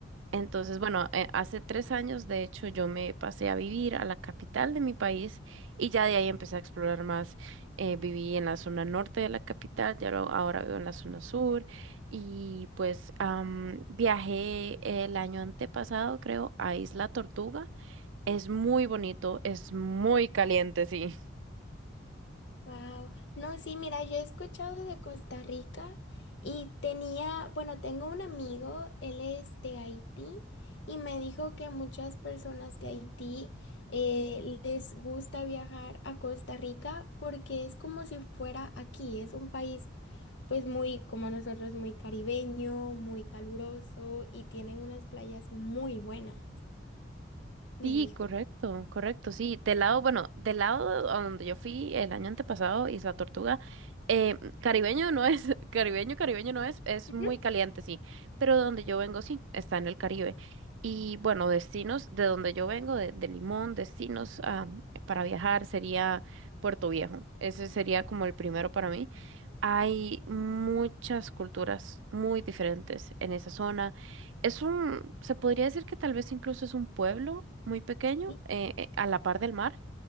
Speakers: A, on the right; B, on the left.
A: Entonces, bueno, eh, hace tres años, de hecho, yo me pasé a vivir a la capital de mi país y ya de ahí empecé a explorar más. Eh, viví en la zona norte de la capital, ya lo- ahora vivo en la zona sur y pues am, viajé el año antepasado, creo, a Isla Tortuga. Es muy bonito, es muy caliente, sí.
B: Wow. No, sí, mira, yo he escuchado de Costa Rica y tenía, bueno, tengo un amigo, él es de Haití y me dijo que muchas personas de Haití eh, les gusta viajar a Costa Rica porque es como si fuera aquí, es un país pues muy, como nosotros, muy caribeño, muy caluroso y tienen unas playas muy buenas, me
A: Sí,
B: dijo.
A: correcto, correcto, sí. Del lado, bueno, del lado a donde yo fui el año antepasado, Isla Tortuga, eh, caribeño no es, <laughs> caribeño, caribeño no es, es
B: Ujú.
A: muy caliente, sí, pero de donde yo vengo, sí, está en el Caribe. Y bueno, destinos de donde yo vengo, de, de Limón, destinos ah, para viajar sería Puerto Viejo. Ese sería como el primero para mí. Hay muchas culturas muy diferentes en esa zona es un, se podría decir que tal vez incluso es un pueblo muy pequeño,
B: Y,
A: eh, eh, a la par del mar.